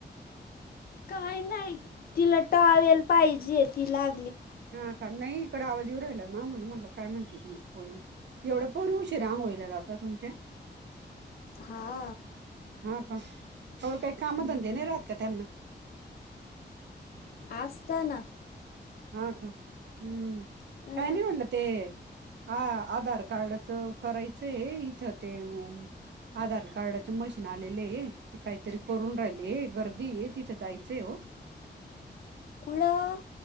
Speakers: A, on the left; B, on the right.
A: काही नाही तिला टावेल पाहिजे तिला
B: हा का नाही इकड आवाजीवर राहिला ना म्हण म्हणलं. काय म्हणती तुमची पर्वी एवढ्या पर शिराांग होयला जाता तुमच्या
A: हा.
B: हा का खबर काही कामधंदे
A: हम्म
B: नाही राहात का त्यांना नाही.
A: असस्ताना
B: हा का हम्म
A: अ
B: काय नाही म्हटलं ते हा आधार कार्डच करायचंय इथं ते आधार कार्डाच मशीन आलेले आहे हे ते काहीतरी करून राहिले हे गर्दी हे तिथं जायचंय हो
A: पुडं